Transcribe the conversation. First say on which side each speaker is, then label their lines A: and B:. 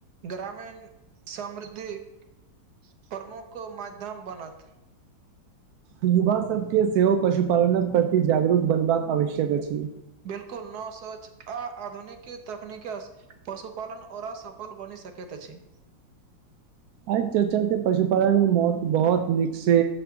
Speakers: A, on the right; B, on the right.
A: ग्रामीण समृद्धिक प्रमुख माध्यम बनत।
B: युवा सभके सेहो पशुपालनक प्रति जागरूक बनबाक आवश्यक अछि।
A: बिलकुल नव सोच आ आधुनिक तकनीक पशुपालन ओरा सफल बनी सकत अछै
B: आइ चर्चा के पशुपालन मे महत्व बहुत नीक से